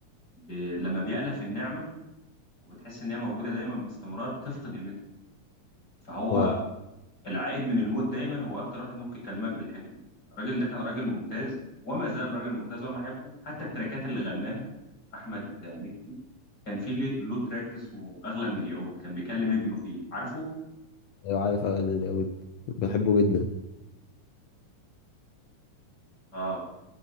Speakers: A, on the left; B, on the left.
A: ب... لما بيألف النعمة وتحس ان هي موجودة دايما باستمرار بتفقد قيمتها فهو
B: اه
A: العائد من الموت دايما هو اكتر واحد ممكن يكلمك بالحكمة الراجل ده كان راجل ممتاز وما زال راجل ممتاز وانا بحبه حتى التراكات اللي غناها احمد مكي كان في له له تراك اسمه اغلى من الياقوت كان بيكلم ابنه فيه عارفه
B: ايوه عارف أنا اليهود بحبه جدا
A: اه